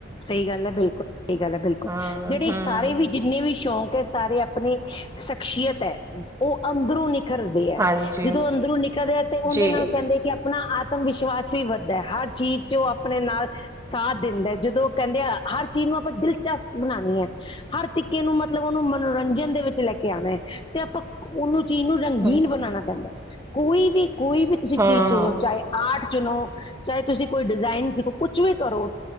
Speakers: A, on the left; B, on the right.
A: ਸਈ ਗੱਲ ਐ ਬਿਲਕੁੱਲ ਸਈ ਗੱਲ ਐ ਬਿਲਕੁੱਲ
B: ਹਮ
A: ਜੇੜੇ ਇਸਤਾਰੇ
B: ਹਮ
A: ਵੀ ਜਿੰਨੇ ਵੀ ਸ਼ੌਂਕ ਐ ਸਾਰੇ ਆਪਣੇ ਸ਼ਖਸੀਅਤ ਐ ਓ ਅੰਦਰੋਂ ਨੀ ਖਰਦੇ ਐ
B: ਹਾਂਜੀ
A: ਜਦੋਂ ਅੰਦਰੋਂ ਨਿਕਲਦੇ ਐ ਤੇ
B: ਜੀ
A: ਓਂਦੇ ਨਾਲ ਕੈਂਦੇ ਕੀ ਆਪਣਾ ਆਤਮ ਵਿਸ਼ਵਾਸ ਵੀ ਵੱਧਦੈ ਹਰ ਚੀਜ਼ ਚ ਓ ਆਪਣੇ ਨਾਲ ਸਾਥ ਦਿੰਦੈ। ਜਦੋਂ ਕੈਂਦੇ ਆ ਹਰ ਚੀਜ਼ ਨੂੰ ਆਪਾਂ ਦਿਲਚਸਪ ਬਣਾਣੀ ਐ ਹਰ ਤਰੀ ਕੇ ਨੂੰ ਮਤਲਬ ਓਨੂੰ ਮਨੋਰੰਜਨ ਦੇ ਵਿੱਚ ਲੈ ਕੇ ਆਣਾ ਐ ਤੇ ਆਪਾਂ ਉਹਨੂੰ ਚੀਜ਼ ਨੂੰ ਰੰਗੀਨ
B: ਹਮ
A: ਬਣਾਉਣਾ ਪੈਂਦਾ, ਕੋਈ ਵੀ ਕੋਈ ਵੀ ਤੁਸੀਂ
B: ਹਾਂ
A: ਚੀਜ਼ ਚੋਂ ਚਾਹੇ। ਆਰਟ ਚੁਣੋ, ਚਾਹੇ ਤੁਸੀਂ ਕੋਈ ਡਿਜ਼ਾਇਨ ਸਿੱਖੋ ਕੁਛ ਵੀ ਕਰੋ।